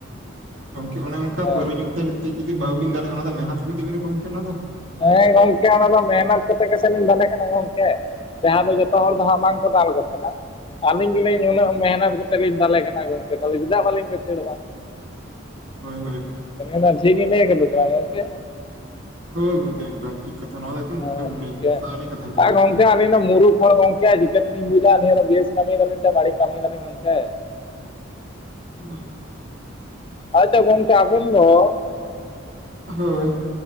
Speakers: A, on the right; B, on the left.
A: ᱜᱚᱝᱠᱮ ᱚᱱᱮ ᱚᱱᱠᱟ
B: ᱦᱮᱸ
A: ᱯᱟᱹᱨᱣᱟᱹ ᱧᱩ ᱛᱮ ᱠᱟᱛᱮ ᱡᱩᱫᱤ ᱵᱟᱹᱵᱤᱱ ᱫᱟᱲᱮᱭᱟᱜ ᱚᱱᱟ ᱫᱚ ᱢᱮᱦᱱᱚᱛ ᱦᱩᱭᱤᱱ ᱛᱟᱹᱵᱤᱱᱟ ᱜᱚᱢᱠᱮ ᱚᱱᱟ ᱫᱚ ᱾
B: ᱦᱮᱸ ᱜᱚᱢᱠᱮ ᱚᱱᱟ ᱫᱚ ᱢᱮᱦᱱᱚᱛ ᱠᱟᱛᱮ ᱜᱮᱥᱮ ᱫᱟᱞᱮ ᱠᱟᱱᱟ ᱜᱚᱢᱠᱮ᱾ ᱡᱟᱦᱟᱸ ᱫᱚ ᱡᱚᱛᱚ ᱦᱚᱲ ᱫᱚ ᱦᱟᱸᱜ ᱟᱢᱟᱝ ᱠᱚ ᱫᱟᱞ ᱠᱚ ᱛᱟᱦᱮᱱᱟ᱾ ᱟᱹᱞᱤᱧ ᱜᱮᱞᱤᱧ ᱪᱮ ᱩᱱᱟᱹᱜ ᱢᱮᱦᱱᱚᱛ ᱠᱟᱛᱮ ᱞᱤᱧ ᱫᱟᱞᱮ ᱠᱟᱱᱟ ᱜᱚᱝᱠᱮ᱾ ᱛᱟᱦᱚᱞᱮ ᱪᱮᱫᱟᱜ ᱵᱟᱞᱤᱧ ᱠᱩᱥᱟᱹᱲᱚᱜᱼᱟ᱾
A: ᱦᱳᱭ ᱦᱳᱭ᱾
B: <unintelligible> ᱴᱷᱤᱜ ᱜᱤᱧ ᱞᱟᱹᱭ ᱠᱟᱫᱟ ᱥᱮ ᱵᱟᱝ ᱜᱚᱝᱠᱮ?
A: ᱦᱳᱭ ᱜᱚᱢᱠᱮ ᱮᱫᱚᱢ ᱴᱷᱤᱠ ᱠᱟᱛᱷᱟ᱾ ᱱᱚᱣᱟ ᱫᱚ
B: ᱦᱮᱸ
A: ᱮᱫᱚᱢᱚᱢ
B: ᱜᱚᱝᱠᱮ
A: ᱱᱤᱜ ᱠᱟᱛᱷᱟ ᱜᱮ
B: ᱟᱨ
A: ᱞᱟᱹᱭ
B: ᱜᱚᱝᱠᱮ ᱟᱹᱞᱤᱧ ᱫᱚ ᱢᱩᱨᱩᱠᱷ ᱦᱟᱲ ᱜᱚᱝᱠᱮ᱾ ᱪᱤᱠᱟᱹᱛᱮᱞᱤᱧ ᱵᱩᱡᱟ ᱱᱤᱭᱟᱹ ᱵᱮᱥ ᱠᱟᱹᱢᱤᱭ ᱫᱟᱞᱤᱧ ᱥᱮ ᱵᱟᱹᱲᱤᱡ ᱠᱟᱹᱢᱤᱭ ᱫᱟᱞᱤᱧ ᱜᱚᱝᱠᱮ᱾
A: ᱚ᱾
B: ᱟᱪᱪᱷᱟ ᱜᱚᱝᱠᱮ ᱟᱵᱮᱱ ᱫᱚ
A: ᱦᱳᱭ᱾